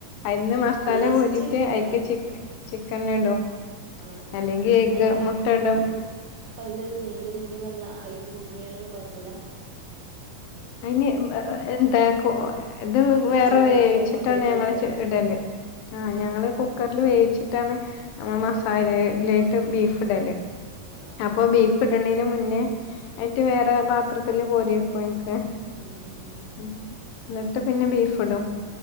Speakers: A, on the left (about 85°); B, on the right (about 75°).
A: അതിന്ന് മസാല
B: ടേസ്റ്റ്
A: കോരീട്ട് അതിലേക്ക്
B: ആഹ്
A: ചിക്കൻ ചിക്കൻ ഇടും
B: ആഹ് ആഹ് ആഹ്
A: അല്ലെങ്കി എഗ്
B: അല്ല
A: മുട്ട ഇടും
B: <inaudible> വന്ന അതിൽ കുടുങ്ങിയാലൊന്നും കുഴപ്പില്ല
A: അതിന് എന്താ ഇത്
B: നെയ്ച്ചോറാക്കി
A: വേറെ വേവിച്ചിട്ടാണ്
B: വേറെ സെപ്പറേറ്റ്
A: ഞങ്ങൾ
B: വെക്ക
A: ഇടല്
B: ആഹ്
A: ആ
B: ആഹ്
A: ഞങ്ങൾ കുക്കർ കുക്കറിൽ വേവിച്ചിട്ടാണ് മസാലയിലേക്ക്
B: ആഹ്
A: ബീഫ് ഇടല്
B: ആഹ് ആഹ്
A: അപ്പോ ബീഫ് ബീഫ് മുന്നേ ആയിട്ട് വേറെ പാത്രത്തില്ൽ കോരിയക്കും എനിക്ക്
B: <unintelligible>
A: ഉം. എന്നിട്ട് പിന്നെ ബീഫ ഇടും